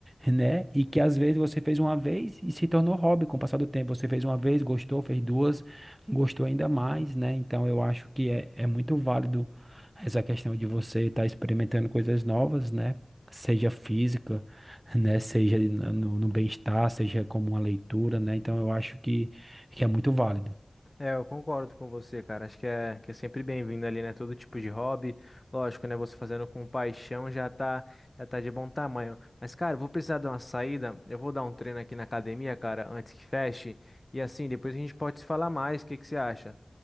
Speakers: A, on the right; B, on the left.
A: né? E que às vezes você fez uma vez e se tornou hobby com o passar do tempo. Você fez uma vez, gostou, fez duas, gostou ainda mais, né? Então eu acho que é, é muito válido essa questão de você estar experimentando coisas novas, né? Seja física, né? Seja na- no, no bem-estar, seja como uma leitura, né? Então eu acho que, que é muito válido.
B: É, eu concordo com você, cara. Acho que é, que é sempre bem-vindo ali, né? Todo tipo de hobby. Lógico, né? Você fazendo com paixão já tá, já tá de bom tamanho. Mas, cara, eu vou precisar de uma saída. Eu vou dar um treino aqui na academia, cara, antes que feche. E assim, depois a gente pode se falar mais. O que que você acha?